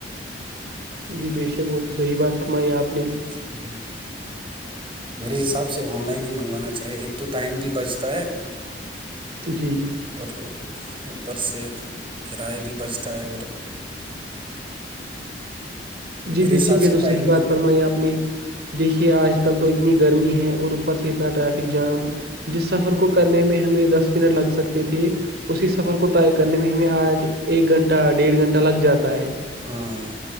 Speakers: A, on the right; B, on the right.
A: جی بے شک وہ تو صحیح بات فرمائی اپ نے
B: صحیح ہے میرے حساب سے ان لائن ہی منگوانا چاہیے ایک تو ٹائم بھی بچتا ہے
A: جی
B: اور اوپر سے کرائے بھی بچتا ہے اور
A: جی
B: میرے
A: بیشک
B: حساب
A: یہ
B: سے
A: تو اس
B: ٹائم
A: نے یہ بات
B: ہی-
A: فرمایا اپنی دیکھیے اج کل تو اتنی گرمی ہے اور اوپر سے اتنا ٹریفک جام جس سفر
B: ہاں
A: کو کرنے میں ہمیں دس منٹ لگ سکتی تھی اسی سفر کو طے کرنے میں اج ایک گھنٹہ ڈیڑھ گھنٹہ لگ جاتا ہے
B: ہاں